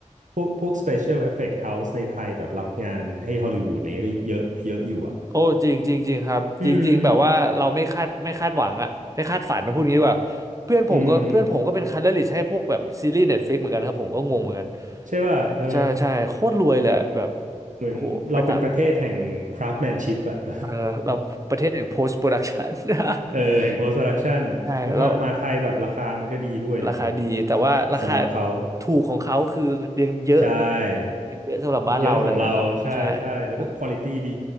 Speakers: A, on the right; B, on the right.
A: พวกพวก Special Effect House ในไทยแบบรับงานให้ฮอลลีวูดอะไรเงี้ยก็เยอะเยอะอยู่อ่ะ
B: โอ้จริงจริงจริงครับจริงๆแบบว่าเราไม่คาดไม่คาดหวังอะไม่คาดฝันนะพูดงี้ดีกว่าเพื่อนผมก็เพื่อนผมก็เป็นคัลเลอร์ลิสต์ให้พวกแบบซีรีส์เน็ตฟลิกเหมือนกันครับผมก็งงเหมือนกัน
A: อืมอืม ใช่ป่ะ เออ
B: ใช่ใช่โคตรรวยเลยอะแบบ
A: เหมือนเราเป็นประเทศแห่ง
B: โอ้โหไปต่าง
A: craftsmanship อะ <laughs>
B: เออเราประเทศอย่ง post production <laughs>
A: เออแห่ง post production
B: ใช่แล้ว
A: ว่ามามาไทยแบบราคามันก็ดีด้วยอะไรเงี้ย
B: ราคาดีแต่ว่าราคา
A: สำหรับเขา
B: ถูกของเขาคือยังเยอะเออ
A: ใช่
B: ยังเยอะสำหรับบ้านเราเลยนะครับใช่โอ้โห
A: เยอะของเราใช่ใช่แล้วก็ quality ดี